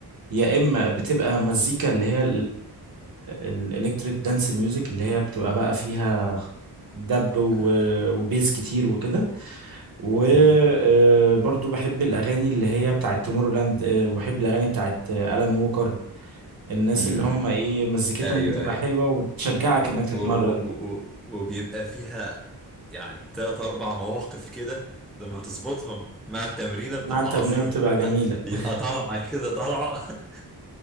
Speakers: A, on the right; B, in the centre.
A: يا إما بتبقى مزيكا اللي هي الإلكتريك دانس ميوزك اللي هي بتبقى بقى فيها دب و-
B: <laughs>
A: وبيز كتير وكده وبرضو
B: مم.
A: بحب الأغاني اللي هي بتاعت تومورلاند آه، وبحب الأغاني بتاعت آلان ووكر الناس
B: مم.
A: اللي هم ايه مزيكتهم
B: ايوه
A: بتبقى
B: ايوه
A: حلوة وتشجعك انك تتمرن
B: و... و... و... و- وبيبقى فيها يعني تلات اربع مواقف كده لما تظبطهم مع التمرينة بتبقى
A: مع التمرين
B: عظيمة
A: بتبقى جميلة
B: ط- بيبقى
A: <laughs>
B: طالعة كده طالعة <laughs>